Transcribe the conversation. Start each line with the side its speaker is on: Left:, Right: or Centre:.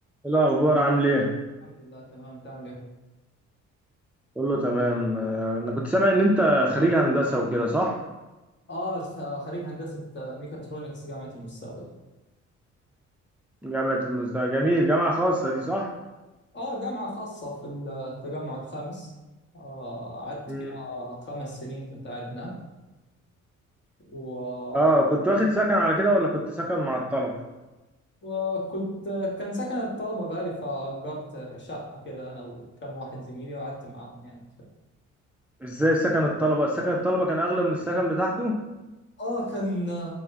Centre: إيه الأخبار عامل إيه؟
Left: الحمد لله تمام تعمل ايه؟
Centre: كله تمام آه، أنا كنت سامع إن أنت خريج هندسة وكده صح؟
Left: اه س- خريج هندسة آه، ميكاترونكس جامعة المستقبل
Centre: جامعة المزدهر جميل جامعة خاصة دي صح؟
Left: اه جامعة خاصة في التجمع الخامس آه قعدت
Centre: مم.
Left: فيها خمس سنين كنت قاعد هناك و...
Centre: آه كنت واخد سكن على كده ولا كنت سكن مع الطلبة؟
Left: وكنت كان سكن الطلبة غالي فأجرت شقة كده أنا وكم واحد زميلي وقعدت معاهم يعني
Centre: إزاي سكن الطلبة؟ سكن الطلبة كان أغلى من السكن بتاعكم؟
Left: اه كان